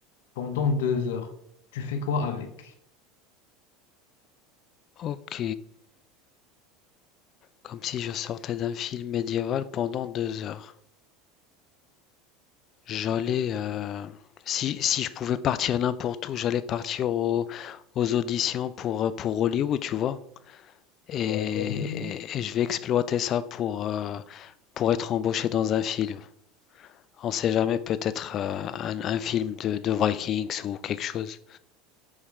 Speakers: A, on the left; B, on the left.
A: pendant deux heures. Tu fais quoi avec?
B: Ok. Comme si je sortais d'un film médiéval pendant deux heures. J'allais... euh, Si, si je pouvais partir n'importe où, j'allais partir au- aux auditions pour, euh, pour Hollywood, tu vois. et,
A: Ouais. <laughs>
B: et- et je vais exploiter ça pour, euh, pour être embauché dans un film. On sait jamais, peut-être euh, un, un film de, de Vikings ou quelque chose.